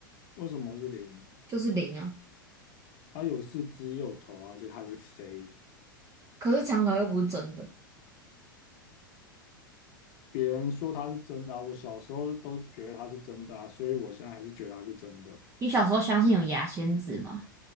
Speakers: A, on the left; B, on the right.
A: 为什么是零，
B: 就是灵啊。
A: 它有四肢也有头啊，而且它还会飞。
B: 可是嫦娥又不是真的。
A: 别人说它是真的啊，我小时候都觉得它是真的啊，所以我现在还是觉得它是真的。
B: 你小时候相信有牙仙子吗？